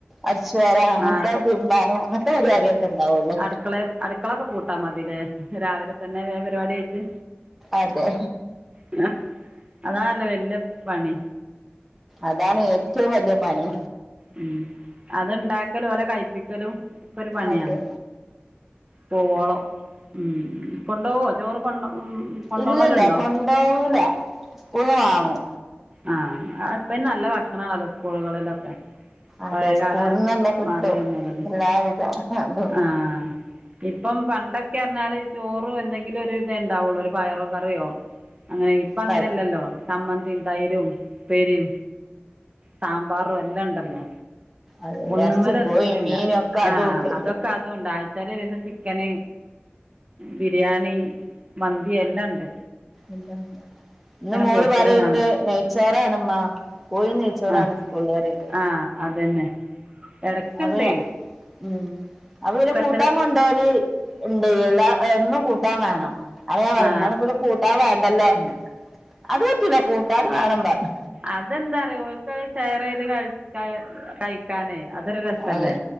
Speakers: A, in the centre; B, on the right (about 30°).
A: അട്ച്ചേര അങ്ങൻത്തെ
B: ആഹ്
A: തിരുമ്പാന് അങ്ങൻത്തെ പരിപാടിയൊക്കെ ഉണ്ടാവുള്ളൂ
B: അടുക്കളെ അടുക്കളൊക്കെ പൂട്ടാ മതിലേ രാവിലെ തന്നെ വേം പരിപാടി കഴിച്ച്
A: അതെ
B: <unintelligible> അതാണല്ല വല്യ പണി
A: അതാണ് ഏറ്റവും വല്ല്യ പണി
B: ഉം അത്ണ്ടാക്കലും ഓലെ കഴി പ്പിക്കലും ഒക്കെ ഒരു പണിയാണ്
A: അതെ
B: പോവോളം ഉം കൊണ്ടോവോ ചോറ് കൊണ്ട ഉം കൊണ്ടോണോലുണ്ടോ
A: ഇല്ലല്ല കൊണ്ടോവൂല സ്കൂൾന്ന് വാങ്ങും
B: ആഹ് അത് ഇപ്പ അയിന് നല്ല ഭക്ഷണാണല്ലോ സ്കൂളുകളിലൊക്കെ
A: അതെ
B: പഴയ കാല
A: സ്കൂൾന്നന്നെ കിട്ടും
B: മാതിരി ഒന്നും അല്ലല്ലോ
A: എല്ലാവിധ അതും
B: ആഹ് ഇപ്പം പണ്ടൊക്കെറിഞ്ഞാല് ചോറും എന്തെങ്കിലും ഒരു ഇത് ഉണ്ടാവുള്ളൂ ഒരു പയറ് കറിയോ അങ്ങനെയി ഇപ്പ അങ്ങനെയല്ലല്ലോ
A: ക
B: ചമ്മന്തിം തൈരും ഇപ്പേരിം സാമ്പാറും എല്ലം ഇൻ ക്കണ്ടൊ
A: അത്
B: ഒന്നുമ്മെല്ക്കിണ്ല്ല
A: ഇറച്ചിയും കോഴിയും മീനും ഒക്കെ
B: ആഹ്
A: അതും ഉണ്ട്
B: അതൊ ക്കതൂണ്ട് ആഴ്ചയിൽ ഒരുസം ചിക്കന് ബിരിയാണി മന്തി എല്ലാം ഇണ്ട്
A: എല്ലാണ്ട് ഇന്ന് മോള്
B: പോസ്റ്ററ്
A: പറയണ്ട്
B: കാണും
A: നെയ്ച്ചോറാണമ്മ കോയി നെയ്ച്ചോറാണ്
B: ആ
A: സ്കൂൾല് പറയ്ണ്ട്
B: ആ അതന്നെ ഇടയ്ക്കുണ്ടേ
A: അപ്പ ഞ്ഞാ ഉം അപ്പപിന്നെ
B: സ്പെഷ്യല്
A: കൂട്ടാൻ കൊണ്ടെവല് ഇണ്ട് എല്ലാം എന്നും കൂട്ടാൻ വേണം അത ഞാൻ പറഞ്ഞ
B: ആ
A: ഇന്നാ ഇപ്പത് കൂട്ടാൻ വേണ്ടല്ലോർഞ്ഞ് അത്പറ്റൂല കൂട്ടാൻ വേണംപർഞ്ഞ്
B: അതെന്താറ ഓൽകഹ് ഷെയറെയ്ത് ക കഴിക്കാനേ അതൊരു രസല്ലേ
A: അതെ